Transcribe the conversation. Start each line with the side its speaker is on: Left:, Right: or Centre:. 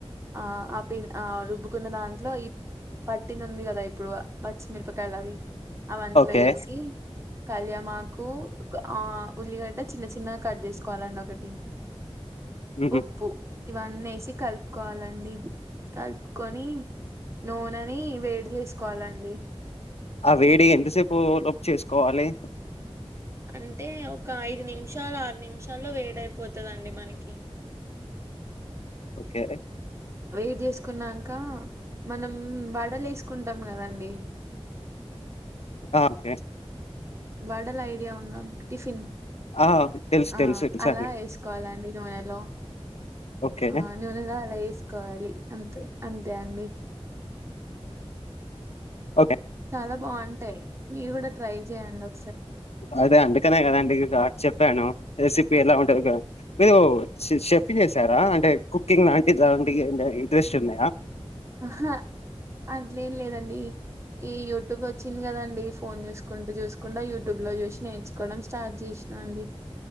Right: ఆ ఆ పిన్ ఆ రుబ్బుకున్న దాంట్లో ఈ పట్టింది ఉంది కదా ఇప్పుడు పచ్చిమిరపకాయలు అవి అవందులో
Left: ఓకే
Right: ఏసి కళ్యామాకు ఆ ఉల్లిగడ్డ చిన్న చిన్నగ కట్ చేసుకోవాలండి ఒకటి
Left: మ్మ్
Right: ఉప్పు ఇవన్నేసి కలుపుకోవాలండి కలుపుకొని నూనె ని వేడి చేసుకోవాలండి
Left: ఆ వేడి ఎంతసేపు లోపు చేసుకోవాలి
Right: అంటే ఒక ఐదు నిమిషాలు ఆరు నిమిషాల్లో వేడి అయిపోతుందండి మనకి
Left: ఓకే
Right: వేడి చేసుకున్నాకా మనం వడలు వేసుకుంటాం కదండి
Left: అ ఓకే
Right: వడల్ ఐడియా ఉందా టిఫిన్
Left: ఆ తెలుసు
Right: ఆ
Left: తెలుసు <unintelligible>
Right: అలా వేసుకోవాలండి నూనెలో
Left: ఓకే
Right: ఆ నువనెలా అలా వేసుకోవాలి అంతే అంతే అండి
Left: ఓకే
Right: చాలా బావుంటాయి మీరు కూడా ట్రై చేయండి ఓ
Left: అదే అందుకనే కదాండిగా చెప్పాను రెసిపీ ఎలా ఉం నువ్వు కా మీరు సి సెఫ్ తినేశారా అంటే కు కుకింగ్ నాంటి జంబియాందో ఇంట్రెస్ట్ ఉన్నాయా.
Right: హ అట్లేం లేదండి ఈ యూట్యూబ్ వచ్చింది కదండి ఫోన్ చూస్ కుంటూ చూసుకుండా యూట్యూబ్ లో చూసి నేర్చుకోవడం స్టార్ట్ చేసినా అండి.